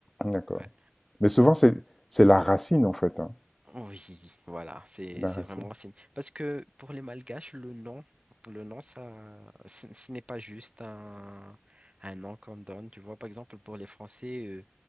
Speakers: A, in the centre; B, on the right.
A: D'accord.
B: Ouais.
A: Mais souvent, c'est c'est la racine, en fait. hein.
B: Oui, voilà, c'est
A: C'est la
B: c'est
A: racine.
B: vraiment racine. Parce que pour les Malgaches, le nom, le nom, ça, ce, ce n'est pas juste un, un nom qu'on donne. Tu vois, par exemple, pour les Français, euh,